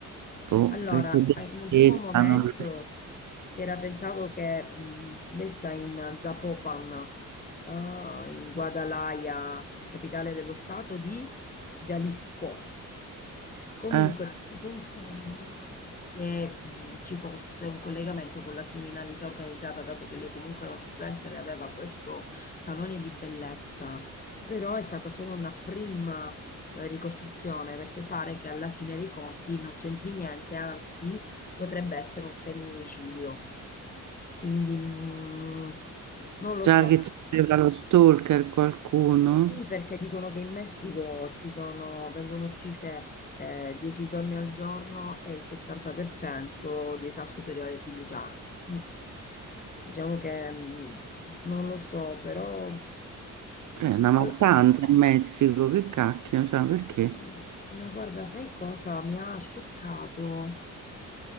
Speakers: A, on the right; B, on the left.
A: boh,
B: Allora,
A: perché delicatezza,
B: eh, in un primo momento
A: non lo so.
B: si era pensato che mh, lei sta in Zapopan, eh, in Guadalajara, capitale dello stato di Jalisco. Comunque
A: Eh,
B: si pensava che mh, ci fosse un collegamento con la criminalità organizzata, dato che lei comunque era un influencer e aveva questo salone di bellezza, però è stata solo una prima eh, ricostruzione, perché pare che alla fine dei conti non c'entri niente, anzi potrebbe essere un femminicidio. Quindi mh, non lo
A: già
B: so.
A: che c'era lo stalker qualcuno,
B: Sì, perché dicono che in Messico ci sono, vengono uccise eh, 10 donne al giorno e il 70% di età superiore ai 15 anni. Mm. Diciamo che mm, non lo so, però...
A: che è una mattanza
B: all-
A: in Messico, che cacchio, cioè, perché?
B: mm, ma guarda, sai cosa mi ha scioccato?